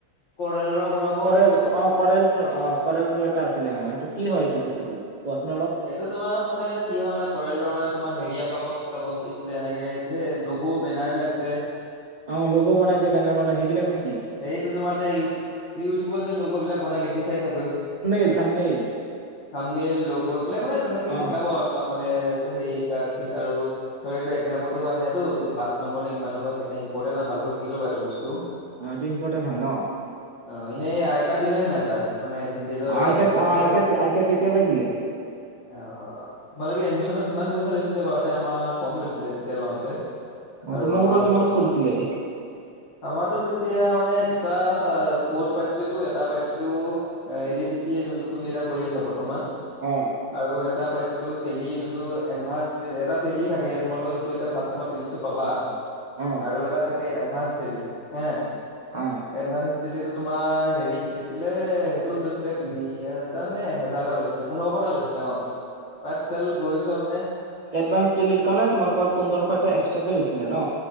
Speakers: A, on the left; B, on the right.
A: কৰেল ৰ' কৰা
B: কৰেল অ' কৰেল ৰ' কৰেল ৰ' এটা আছিলে অ' সেইটো কি হয় এইটো বস্তুটো কোৱাচোন অলপ।
A: সেইটো তোমাৰ মানে কি হয়, মানে কৰেলৰ, মানে তোমাৰ, হেৰি আকৌ কাবাক-কাবাক দিছিলে, এনেকে যে, লগ-বেনাৰবিলাক যে
B: অ', লগ' বনাই যে, বেনাৰ বনাই, সেইবিলাক নেকি?
A: সেইটো তোমাৰ যে, ইউ-ইউটিউবত যে, লগ' বিলাক বনাই দেখিছাই চাগৈ।
B: কি, থাম্বনেইল?
A: থাম্বনেইল, লগ', এইবিলাক মানে তেনেকে
B: অ',
A: শিকাব আৰু তোমাক মানে, সেই <unintelligible> আৰু ত', এইটো এক্সামতো আহে টো, দুই, পাঁচ নম্বৰ নে কিমান নম্বৰ। সেইকাৰণে ইম্পৰ্টেণ্ট হয়, ভালকৈ শিকি ল'বা এইটো বস্তু।
B: অ', এইটো ইম্পৰ্টেণ্ট হয় ন'?
A: অ', এনেই আই-কাৰ্ড দিলে নে নাই তাৰ? মানে ভিনটেজৰ
B: অ', আই-কাৰ্ড,
A: আই কাৰ্ডটো
B: অ',
A: দিলে
B: আই-কাৰ্ড, আই-কাৰ্ড কেতিয়াবাই দিলে।
A: এ, অ', অ'। তোমালোকে এডমিশনত কিমান পইচা লৈছিলে? আগতে আমাৰ কম লৈছিলে, তেতিয়া লওঁতে
B: অ',
A: আৰু
B: তোমালোকৰ
A: আমাৰ
B: কিমান
A: কোৰ্ছ,
B: পৰিছিলে?
A: আমাৰতো তে তিয়া মানে, দুটা কোৰ্ছ পাইছিলোঁতো, এটা পাইছিলোঁ এ', এডিডিচিএ যোনটো তুমি এতিয়া কৰি আছা, বৰ্তমান।
B: অ'।
A: আৰু এটা পাইছিলোঁ, টেলি যোনটো এডভান্সড, এটা টেলি থাকে, তোমালোকৰ যোনটো এতিয়া ফাৰ্ষ্ট ছেমত টেলিটো পাবা
B: অ',
A: আৰু এটা থাকে এডভান্সড টেলি, হে
B: অ'।
A: এডভান্সড টেলিটো তোমাৰ, হেৰি, কি আছিলে, সেই তোৰ লৈছিলে তিনি হাজাৰ নে এহেজাৰ এটা লৈছিলে, পোন্ধৰশটা লৈছিলে, অ'। <unintelligible> গৈছ নে?
B: এডভান্সড টেলিৰ কাৰণে তোমালোকৰ পোন্ধৰশ এটা এক্সট্ৰাকৈ লৈছিলে ন?